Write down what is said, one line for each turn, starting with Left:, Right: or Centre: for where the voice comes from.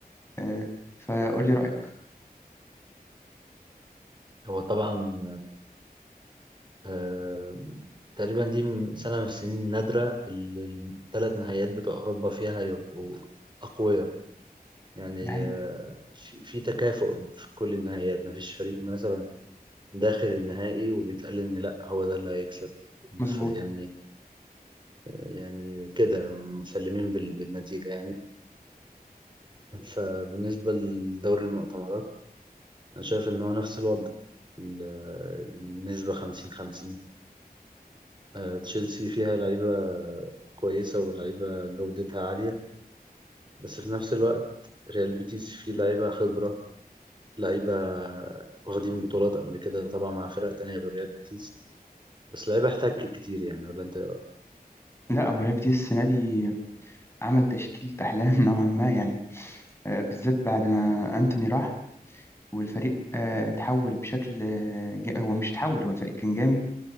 Left: آه فقول لي رأيك
Right: هو طبعا آه تقريبا دي م- سنة من السنين النادرة اللي الثلاث نهائيات بتوع أوروبا فيها يبقوا أقوياء يعني
Left: ده حقيقي
Right: آه في, في تكافؤ في كل النهائيات مفيش فريق مثلا داخل النهائي وبيتقال إن لأ هو ده اللي هيكسب بف-
Left: مظبوط
Right: يعني يعني كده مسلمين بال- بالنتيجة يعني فبالنسبة لدوري المؤتمرات أنا شايف إن هو نفس الوضع ال- النسبة خمسين خمسين آه، تشيلسي فيها لعيبة كويسة ولعيبة جودتها عالية بس في نفس الوقت ريال بيتيس فيه لعيبة خبرة لعيبة واخدين بطولات قبل كده طبعا مع فرق تانية غير ريال بيتيس بس لعيبة احتكت كتير يعني ولا أنت إيه رأيك؟
Left: لا هو ليفدي السنة دي عمل تشكيلة أحلام <laughs> نوعا ما يعني آه، بالذات بعد ما أنتوني راح والفريق آه، اتحول بشكل آه، جا- هو مش اتحول هو الفريق كان جامد